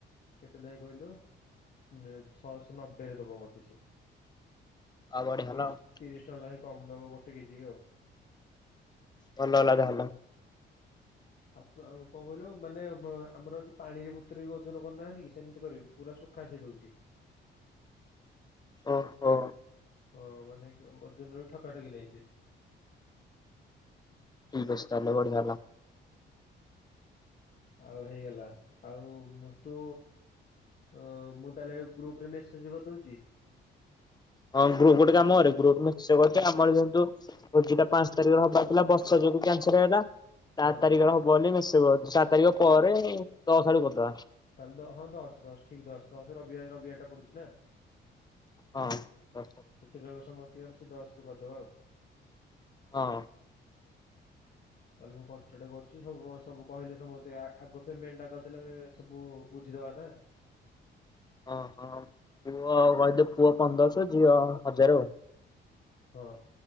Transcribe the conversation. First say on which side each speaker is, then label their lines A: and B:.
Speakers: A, on the left; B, on the left.
A: କେତେ ଲେଖା କହିଲୁ? ଉ ଛଅଶହ ନବେ ରେ ଦବ ମୋତେ ସେ
B: ଆଉ ବଢିଆ ହେଲା
A: ତିରିଶ
B: ଆଉ
A: ତିରିଶ ଟଙ୍କା ଲେଖା କମ ଦବ ଗୋଟେ କେଜି ଆଉ।
B: ଭଲ ହେଲା ଯାହଲ।
A: ଆଉ ଆଉ କଣ କହିଲୁ ମାନେ ଆମରଉ ପାଣିରେ ବୁତ୍ରଇ କି ଓଜନ କରୁନାହାନ୍ତି କି ସେମିତି କରିନୁ। ପୁରା ସୁଖା ସେ ଦଉଚି।
B: ଓ ହୋ।
A: ଅ ମାନେ କି ଓଜନ ର ବି ଠକାଠକି ନେଇଯିବେ।
B: ଠିକ ଅଛି ତାହେଲେ ବଢିଆ ହେଲା।
A: ଆଉ ହେଇଗଲା ଆଉ ମୁ ତୁ ଅ ମୁଁ ତାହେଲେ ଗ୍ରୁପ ରେ ମେସେଜ କରିଦଉଚି।
B: ହଁ ଗ୍ରୁପ ଗୋଟେ କାମ କରେ ଗ୍ରୁପ ନିଶ୍ଚୟ କରି ଆମର କିନ୍ତୁ ଭୋଜିଟା ପାଞ୍ଚ ତାରିଖରେ ହବାର ଥିଲା ବର୍ଷା ଯୋଗୁ କ୍ୟାନସଲ ହେଇଗଲା। ଚାର
A: ହଁ
B: ତାରିଖରେ ହବ ବୋଲି ମିଶିବ ସାତ ତାରିଖ ପରେ ଦଶଆଡୁ କରିଦବା।
A: ତାହେଲେ ହଁ ଦଶ ଦଶ ଠିକ ଦଶ ଦଶ ରବ ରବିବାର ଟା ପଡୁଚି ନା।
B: ହଁ ଦଶ।
A: ଛୁଟି ଦେବା ସମୟ ଥିବାର ସେ ଦଶରେ କରିଦେବା ଆଉ।
B: ହଁ।
A: ତାହେଲେ ମୁଁ କଣ୍ଟାକ୍ଟ କରୁଚି ସବୁ କହିଲେ ସମସ୍ତେ ଆଗ ପେମେଣ୍ଟ ଟା କରିଦେଲେ ସବୁ ବୁଝିଦବା ନା।
B: ଓ ହଁ ପୁଅ କଦ ପୁଅ ପନ୍ଦରଶହ ଝିଅ ହଜାର ଆଉ।
A: ହଁ